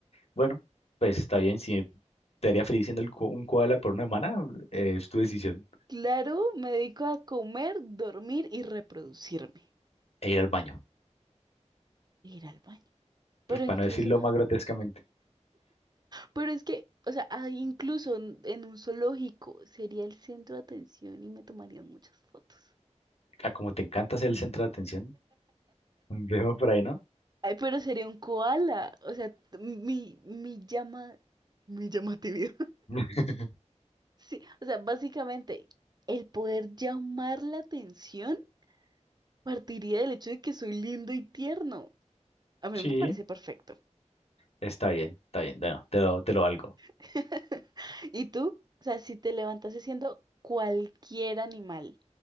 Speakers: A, on the left; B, on the right.
A: Bueno, pues está bien. Si te haría feliz siendo el ko- un koala por una semana, eh, es tu decisión.
B: Claro, me dedico a comer, dormir y reproducirme,
A: E ir al baño.
B: e ir al baño. Pero
A: Pues para
B: incluso,
A: no decirlo más grotescamente.
B: pero es que, o sea, ah, incluso en, en un zoológico sería el centro de atención y me tomarían muchas fotos.
A: Ah, como te encanta ser el centro de atención, veo por ahí, ¿no?
B: Ay, pero sería un koala, o sea, mi, mi llama, mi llamatividad.
A: <laughs>
B: Sí, o sea, básicamente el poder llamar la atención partiría del hecho de que soy lindo y tierno. A mí
A: Sí,
B: me parece perfecto.
A: está bien, está bien. Bueno, te lo, te lo valgo.
B: <laughs> ¿Y tú? O sea, si te levantas siendo cualquier animal